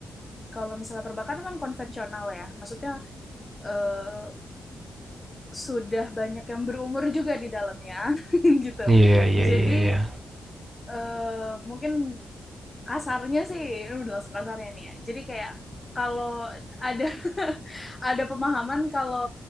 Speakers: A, on the left (about 25°); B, on the right (about 20°).
A: kalau misalnya perbankan kan konvensional ya, maksudnya eh, sudah banyak yang berumur juga di dalamnya <laughs> gitu.
B: iya iya
A: Jadi
B: iya iya. iya.
A: eh, mungkin kasarnya sih, ini udah langsung kasarnya nih ya. Jadi kayak kalau ada <laughs> ada pemahaman kalau